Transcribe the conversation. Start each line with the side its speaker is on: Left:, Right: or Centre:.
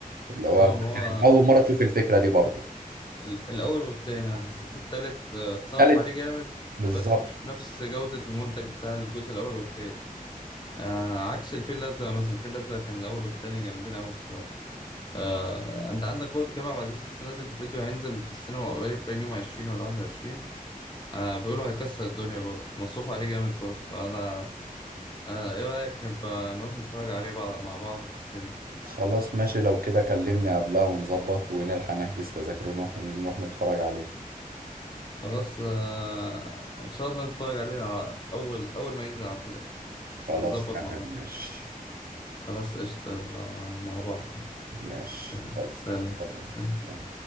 Right: اللي هو
Left: اه
Right: أنت
Left: ما
Right: كانت
Left: هو
Right: أول مرة تشوف الفكرة دي برضه
Left: ال- الأول والتاني أنا حسيت التالت آه، اتصرف
Right: تالت
Left: عليه جامد
Right: بالظبط
Left: بس مش بنفس جودة المنتج بتاع الجزء الأول والتاني آه عكس الفيل الأزرق مثلا الفيل الأزرق كان الأول والتاني جامدين أوي الصراحة آه أنت عندك برضه كريم عبد العزيز لسه نازل بفيديو هينزل في السينما قريب بين يوم عشرين ولا واحد وعشرين آه بيقولوا هيكسر الدنيا برضه مصروف عليه جامد برضه فأنا آه إيه رأيك نبقى نروح نتفرج عليه بعض مع بعض في السينما
Right: خلاص ماشي لو كده كلمني قبلها ونظبط ونلحق نحجز تذاكر ونروح نروح نتفرج عليه
Left: خلاص آه إن شاء الله نتفرج عليه ع- في أول أول ما ينزل على طول يعني
Right: خلاص
Left: هنظبط
Right: تمام
Left: مع بعض
Right: ماشي
Left: خلاص قشطة يلا مع مع بعض يلا
Right: ماشي
Left: سلام
Right: يلا
Left: سلام سلام
Right: سلام